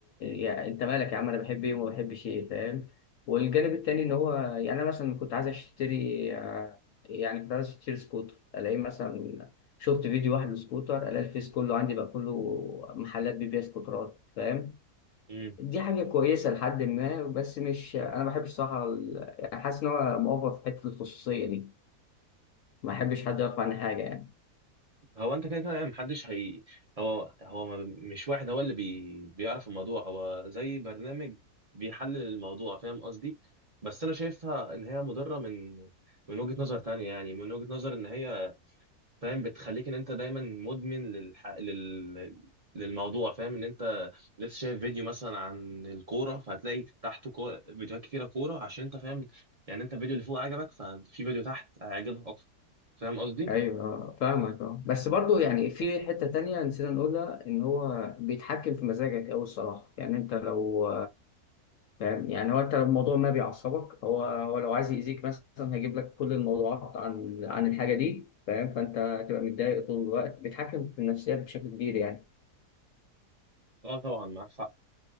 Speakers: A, on the left (about 65°); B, on the right (about 40°).
A: يعني انت مالك يا عم انا بحب ايه وما بحبش ايه فاهم والجانب التاني ان هو يعني انا مثلا كنت عايز اشتري آه، يعني كنت عايز اشتري سكوتر الاقي مثلا شفت فيديو واحد لسكوتر الاقي الفيس كله عندي بقى كله محلات بيبيع سكوترات فاهم
B: امم
A: دي حاجة كويسة لحد ما بس مش أنا ما بحبش صراحة ال- يعني حاسس إن هو مؤفر في حتة الخصوصية دي ما بحبش حد يعرف عني حاجة يعني
B: هو انت كده كده يعني محدش هي هو هو ما- مش واحد هو اللي بي... بيعرف الموضوع هو زي برنامج بيحلل الموضوع فاهم قصدي بس انا شايفها ان هي مضرة من من وجهة نظر تانية يعني من وجهة نظر ان هي فاهم بتخليك ان انت دايما مدمن للح... لل... للموضوع فاهم ان انت لسه شايف فيديو مثلا عن الكورة فهتلاقي تحته كو... فيديوهات كتيرة كورة عشان انت فاهم يعني انت الفيديو اللي فوق عجبك ففي فيديو تحت هيعجبك اكتر فاهم قصدي؟
A: أيوه آه، فاهمك أه بس برضو يعني في حتة تانية نسينا نقولها إن هو بيتحكم في مزاجك أوي الصراحة يعني أنت لو فاهم يعني هو أنت لو الموضوع ما بيعصبك هو هو لو عايز يأذيك مثلا هيجيب لك كل الموضوعات عن عن الحاجة دي فاهم فأنت هتبقى متضايق طول الوقت بيتحكم في النفسيات بشكل كبير يعني
B: اه طبعا معاك حق